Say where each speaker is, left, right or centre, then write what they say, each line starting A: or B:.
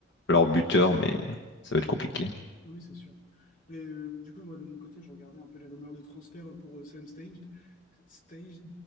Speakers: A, on the left (about 65°); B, on the left (about 45°).
A: leur buteur, mais ça va être compliqué.
B: Oui, c'est sûr. Et euh, du coup, moi, de mon côté, je regardais un peu les rumeurs de transfert pour euh, Sam Staged, Staged,